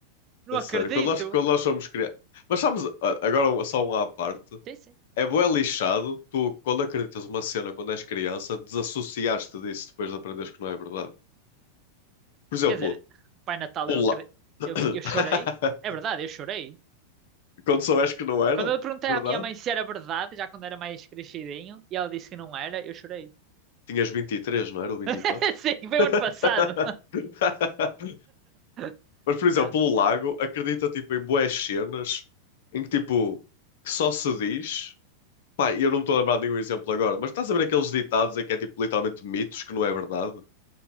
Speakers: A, on the right; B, on the left.
A: não
B: A
A: acredito.
B: sério, quando nós, quando nós somos crianças. Mas sabes, ah, agora um- só um à parte.
A: Sim, sim.
B: É bué lixado, tu, quando acreditas uma cena quando és criança, desassociaste disso depois de aprenderes que não é verdade. Por exemplo,
A: Quer dizer, Pai Natal,
B: o
A: eu acredito.
B: la... <coughs>
A: Eu, fiquei- eu chorei. É verdade, eu chorei.
B: quando soubeste que não era
A: Quando eu perguntei
B: verdade,
A: à minha mãe se era verdade, já quando era mais crescidinho, e ela disse que não era, eu chorei.
B: tinhas 23, não era? Ou 24?
A: <laughs> Sim, foi
B: <laughs>
A: o ano passado. <laughs>
B: Mas, por exemplo,
A: Não.
B: o lago acredita, tipo, em bué cenas em que, tipo, que só se diz... Pá, eu não me estou a lembrar de nenhum exemplo agora, mas estás a ver aqueles ditados em que é, tipo, literalmente mitos que não é verdade?